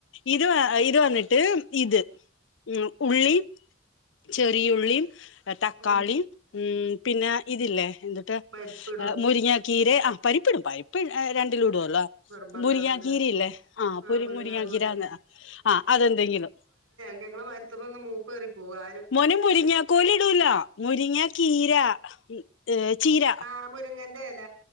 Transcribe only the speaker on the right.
ഉം
പരിപ്പിടോ
നിർബന്ധാണല്ലേ
ആ മുരിങ്ങാക്കോല്
ഞങ്ങള് മരുത്തമ്മന്ന് മൂപ്പെറി പോവാ
ആഹ് മുരുങ്ങന്റെ ഇല